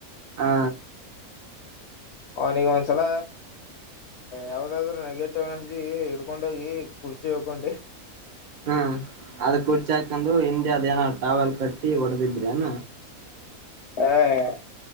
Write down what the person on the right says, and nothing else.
ಹಾ
ಹ್ಮ ಅದ ಕುರ್ಚ ಹಾಕೊಂಡು ಹಿಂದೆ ಅದ ಏನ ಟಾವೆಲ್ ಕಟ್ಟಿ ಹೊಡ್ದಿದ್ರಿ ಏನ.